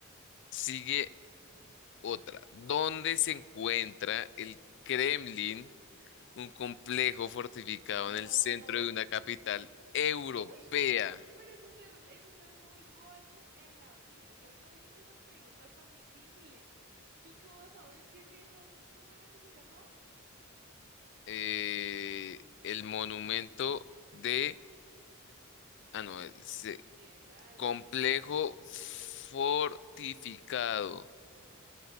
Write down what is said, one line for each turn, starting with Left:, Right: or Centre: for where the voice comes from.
Left: sigue otra. ¿Dónde se encuentra el Kremlin, un complejo fortificado
Right: No.
Left: en el centro de una capital europea?
Right: Uy, pero eso es ser, eso es ser muy guache en la vida. Yo no le hice esas preguntas tan difíciles. ¿Yo qué voy a saber qué es eso? ¿Cómo era que se llamaba?
Left: Eh, el monumento de... Ah, no, es,
Right: El
Left: eh,
Right: mineral,
Left: complejo
Right: ¿no era?
Left: fortificado.